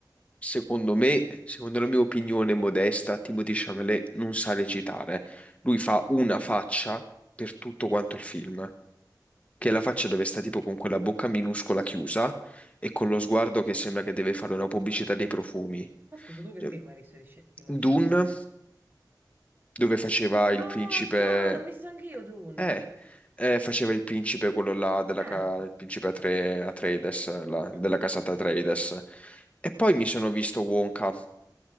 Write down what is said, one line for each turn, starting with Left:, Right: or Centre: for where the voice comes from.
Left: Secondo me, secondo la mia opinione modesta, Timothée Chalamet non sa recitare. Lui fa una faccia per tutto quanto il film, che è la faccia dove sta tipo con quella bocca minuscola chiusa e con lo sguardo che sembra che deve fare una pubblicità dei profumi.
Right: Ma scusa, tu che
Left: Cioè,
Right: film hai visto di Sci- Timothée
Left: Dune,
Right: Chalamet?
Left: dove faceva il
Right: Ah,
Left: principe...
Right: già, l'ho visto anch'io, Dune.
Left: Eh, eh, faceva il principe quello là, della
Right: Eh,
Left: ca- il principe Atre- Atreides, là,
Right: mhm,
Left: della casata Atreides. E poi mi sono visto Wonka.